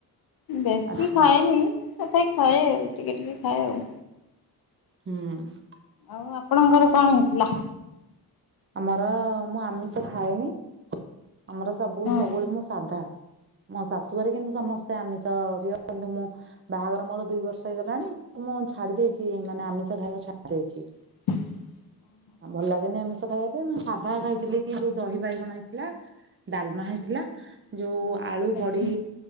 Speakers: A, on the left; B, on the right.
A: ବେଶୀ
B: ଆଚ୍ଛା
A: ଖାଏନି। ସେଥା ଖାଏ ଆଉ ଟିକେ ଟିକେ ଖାଏ ଆଉ।
B: ହୁଁ।
A: ଆଉ ଆପଣଙ୍କର କଣ ହେଇଥିଲା?
B: ଆମର ମୁଁ ଆମିଷ ଖାଏନି ଆମର ସବୁ
A: ହଁ
B: ସବୁବେଳେ ମୁଁ ସାଧା। ମୋ ଶାଶୁଆରେ କିନ୍ତୁ ସମସ୍ତେ ଆମିଷ ପ୍ରିୟ କିନ୍ତୁ ମୁଁ ବାହାଘର ମୋର ଦୁଇ ବର୍ଷ ହେଇଗଲାଣି। ମୁଁ ଛାଡି ଦେଇଛି ମାନେ ଆମିଷ ଖାଇବା ଛାଡି ଦେଇଛି।
A: ହ <unintelligible>
B: ଭଲ ଲାଗେନି ଏମ ଦ୍ଭାତ ଖାଇବା ପାଇଁ, ମୁଁ ସାଧା ଖାଇଥିଲି କି ଯୋଉ ଦହି ବାଇଗଣ ହେଇଥିଲା, ଡାଲମା ହେଇଥିଲା ଯୋଉ ଆଳୁ
A: ଆଛା
B: ବଢି